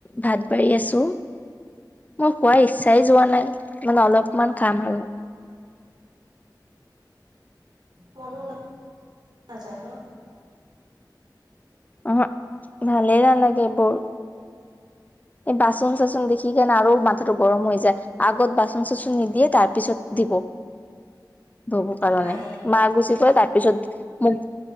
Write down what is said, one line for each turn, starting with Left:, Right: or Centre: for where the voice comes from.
Left: ভাত বাৰী আছোঁ। মোৰ খোৱাৰ ইচ্ছাই যোৱা নাই মানে অলপমান খাম আৰু
Right: মনো নাযায় ন।
Left: ওহু ভালেই নালাগে এইবোৰ। এই বাচন চাচন দেখি কেনে আৰু মাথাটো গৰম হৈ যায়। আগত বাচন চাচন নিদিয়ে তাৰ পিছত দিব। ধোব কাৰণে
Right: মায়ে।
Left: মা গুচি যায় তাৰ তাৰ পিছত মোক